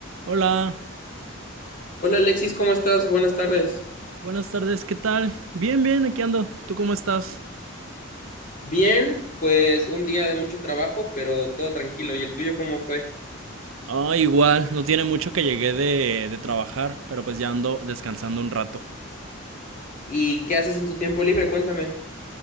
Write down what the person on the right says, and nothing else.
Hola,
buenas tardes, ¿qué tal? Bien, bien, aquí ando. ¿Tú cómo estás?
Ah, igual, no tiene mucho que llegué de, de trabajar, pero pues ya ando descansando un rato.